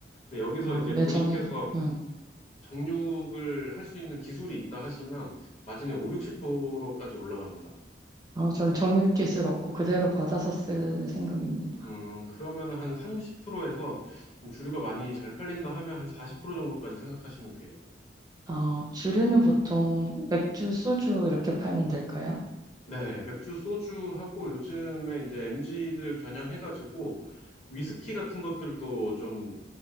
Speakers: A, on the left; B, on the right.
A: 근데 여기서
B: 아,
A: 이제
B: 네,
A: 본인께서
B: 저는 음,
A: 정육을 할 수 있는 기술이 있다 하시면 마진이 5, 60%까지 올라갑니다.
B: 아, 전 정육기술 없고 그대로 받아서 쓸 생각입니다.
A: 음, 그러면 한 30%에서 좀 주류가 많이 잘 팔린다 하면 한 40% 정도까지 생각하시면 돼요.
B: 아, 주류는 보통 맥주, 소주 이렇게 팔면 될까요?
A: 네, 맥주, 소주하고 요즘에 이제 m 지들 겨냥해가지고 위스키 같은 것들도 좀